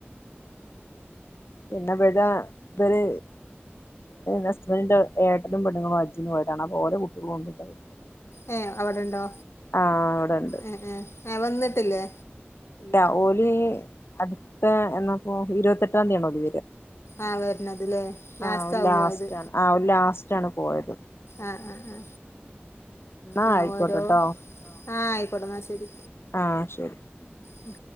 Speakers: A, on the left (about 70°); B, on the left (about 90°).
A: ഇന്ന് ഇവിടെ ഇവര് ഹസ്ബന്റിന്റെ ഏട്ടനും പെണ്ണുങ്ങളും ഹജ്ജിന് പോയിട്ടാണ് അപ്പോ ഓലെ കുട്ടികളും ഉണ്ടിവിടെ
B: ഏ അവിടെണ്ടോ
A: ആഹ് ഇവിടെണ്ട്
B: ഏ ഏ വന്നിട്ടില്ലേ
A: അപ്പോ ഇല്ല ഓലി അ എന്നപ്പോ ഇരുപത്തെട്ടാം തീയതി
B: ആ വരണതലേ ലാസ്റ്റ്
A: ആ ഓല്
B: ആകും
A: ലാസ്റ്റ്
B: പോയത്
A: ആണ് ആ ഓല് ലാസ്റ്റ് ആണ് പോയത്
B: ആ ആ ആ
A: എന്നാ
B: ആ
A: ആയിക്കോട്ടെട്ടോ
B: ഓരോ ആ ആയിക്കോടു എന്നാ ശരി
A: ആ ശരി
B: ഉം